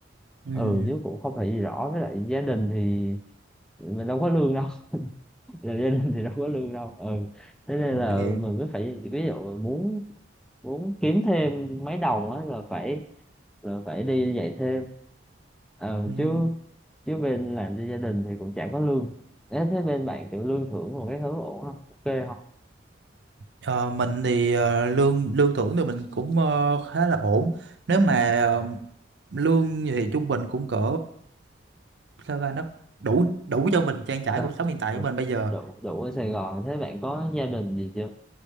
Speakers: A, on the right; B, in the centre.
A: ừ
B: ừ chứ cũng không phải gì rõ với lại gia đình thì mình đâu có lương đâu <laughs> là gia đình thì đâu có lương đâu ừ thế nên là
A: yeah.
B: mình cứ phải ví dụ muốn muốn kiếm thêm mấy đồng á là phải là phải đi dạy thêm ờ
A: ừ
B: chứ chứ bên làm cho gia đình thì cũng chả có lương Ê, thế bên bạn kiểu lương thưởng một cái thứ ổn không ok không
A: Ờ, mình thì ờ, lương lương thưởng thì mình cũng ờ, khá là ổn nếu mà ờ, lương thì trung bình cũng cỡ sao ra nó đủ đủ cho mình trang trải
B: Dạ.
A: cuộc sống hiện tại
B: Ừ.
A: của mình bây giờ
B: đủ đủ ở Sài Gòn thế bạn có gia đình gì chưa